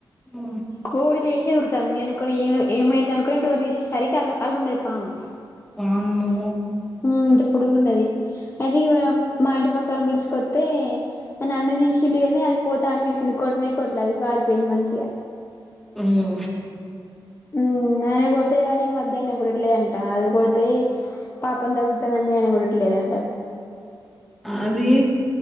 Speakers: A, in the centre; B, on the left.
A: ఓ
B: కోడి లేష్ త్తాంది నేను అనుకున్న ఏం ఏమైందో అనుకొని డోర్ తీసేసరికి అల్ల అల్లున్నది పాము.
A: వామ్మో
B: హ్మ్ ఇంత పొడుగున్నది, అది మ మా ఇంటి పక్కన పిడిసి కొడ్తే, నన్ను తీసిండు గనీ అది పోతాంటే చూసిండు, కొట్నే కొట్టలే అది పారిపోయింది మంచిగా.
A: అమ్మో
B: ఉమ్ ఆనే కోడతడు కనీ, ఈ మద్య ఆనె కొట్టట్లేదంట. అది కొడితే పాపం తగుల్తదని ఆనె కొట్టట్లేదంట.
A: అదీ,